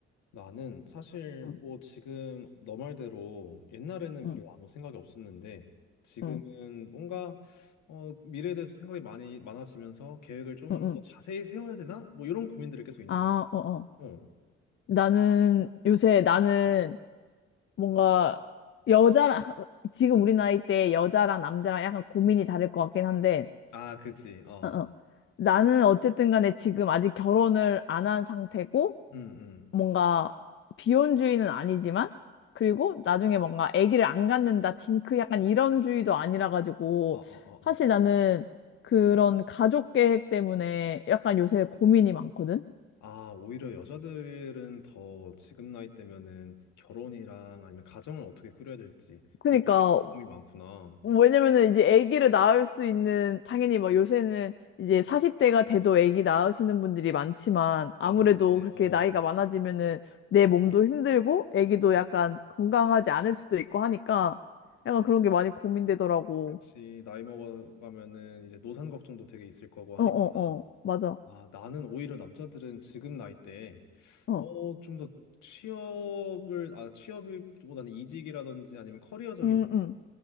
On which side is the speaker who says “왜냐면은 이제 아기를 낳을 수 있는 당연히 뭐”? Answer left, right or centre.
Left